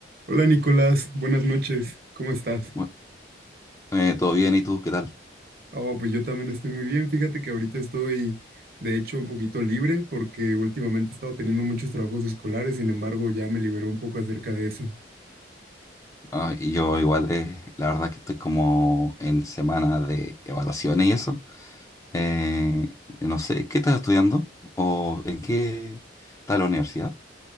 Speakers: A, on the right; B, on the left.
A: Hola Nicolás, buenas noches, ¿cómo estás?
B: Bu- eh, todo bien, ¿y tú qué tal?
A: Oh, pues yo también estoy muy bien, fíjate que ahorita estoy de hecho un poquito libre porque últimamente he estado teniendo muchos trabajos escolares, sin embargo ya me liberó un poco acerca de eso.
B: Ah, y yo igual, eh, la verdad que estoy como en semana de evaluaciones y eso. Eh, no sé, ¿qué estás estudiando? ¿O en qué está la universidad?